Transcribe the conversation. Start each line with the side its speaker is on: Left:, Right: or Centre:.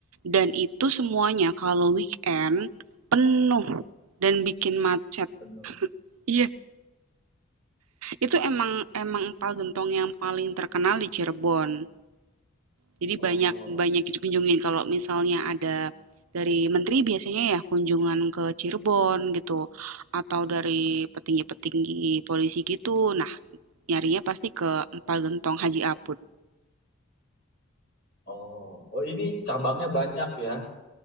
Right: Dan itu semuanya kalau weekend penuh dan bikin macet.
Left: benar
Right: Iya, itu emang emang empal gentong yang paling terkenal di Cirebon. Jadi
Left: oh
Right: banyak banyak dikunjungin kalau misalnya ada dari menteri biasanya ya kunjungan ke Cirebon gitu atau dari petinggi-petinggi polisi gitu. Nah, nyarinya pasti ke Empal Gentong Haji Apud.
Left: oh oh ini cabangnya banyak ya